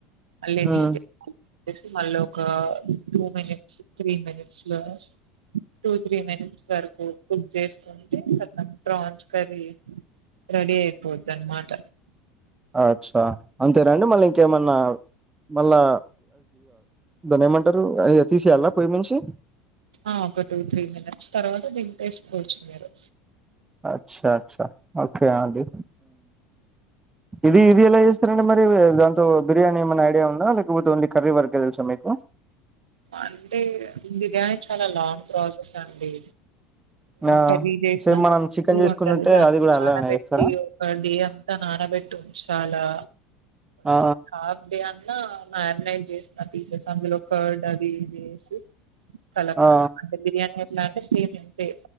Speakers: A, on the right (about 85°); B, on the right (about 15°).
A: అళ్లే న
B: ఉమ్
A: మళ్ళ ఒక టూ మినిట్స్ త్రీ మినిట్స్ లో టూ త్రీ మినిట్స్ వరకు కుక్ చేసుకుంటే ఖతం ప్రాన్స్ కర్రీ రెడీ అయిపోద్ అనమాట
B: అచ్చా అంతేనండి మళ్ళీ ఇంకేమన్నా మళ్ళా దాని ఏమంటారు అ తీసేయాలా పొయ్యి మించి
A: ఆ ఒక టూ త్రీ మినిట్స్ తర్వాత దీన్ని దింపేసుకోవచ్చు మీరూ
B: అచ్చా అచ్చా ఓకే ఆండి ఇది
A: హ్మ్.
B: ఇది ఎలా చేస్తారండి మరి ఇంకా బిర్యానీి ఎమన్నా ఐడియా ఉందా లేకపోతే ఓన్లీ కర్రి వరకె తెలుసా మీకు
A: అంటే బిర్యానీ చాలా లాంగ్ ప్రాసెస్ అండి
B: ఆ
A: కర్రీ చేసినంత
B: సేమ్ మనం
A: సింపుల్
B: చికెన్ చేసుకున్నట్టే
A: గా ఉండది దాన్ని
B: అది కూడా
A: నానబెట్టి
B: అలానే చేస్తారా
A: ఒక డే అంతా నానబెట్టి ఉంచాలా
B: ఆ
A: హాఫ్ డే అ మ్యారినేట్ చేస్తా పీసెస్ అందులో కర్డ్ అది ఇది వేసి కల
B: ఆ
A: అంటే బిర్యానీ ఇలాగే సేమ్ ఇంతే